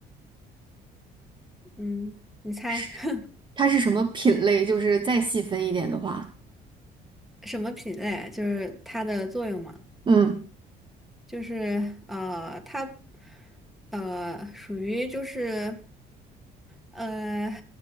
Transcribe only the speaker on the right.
是
它是什么品类？就是再细分一点的话，
嗯，